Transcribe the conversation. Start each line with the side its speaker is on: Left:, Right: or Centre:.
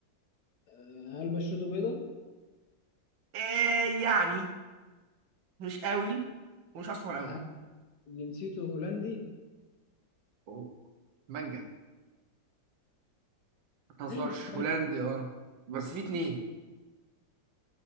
Left: آه، هل بشرته بيضاء
Right: آه يعني مش قوي ومش اسمر قوي
Left: آه، هل جنسيته هولندي
Right: أوه، مانجا هزارش
Left: <laughs>
Right: هولندي اه بس في اتنين